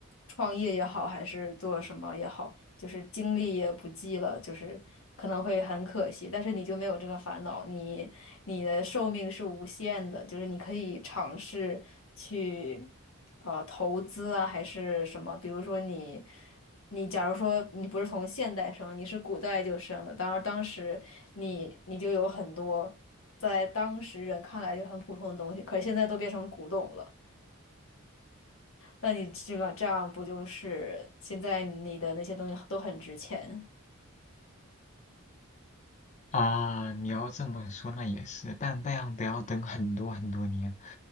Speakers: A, on the left (about 65°); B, on the left (about 30°).
A: 创业也好，还是做什么也好，就是精力也不济了，就是可能会很可惜。但是你就没有这个烦恼，你你的寿命是无限的，就是你可以尝试去呃投资啊，还是什么，比如说你。你假如说你不是从现代生，你是古代就生的，当然当时你你就有很多在当时人看来就很普通的东西，可是现在都变成古董了。那你这个这样不就是现在你的那些东西都很值钱？
B: 啊，你要这么说那也是，但那样得要等很多很多年，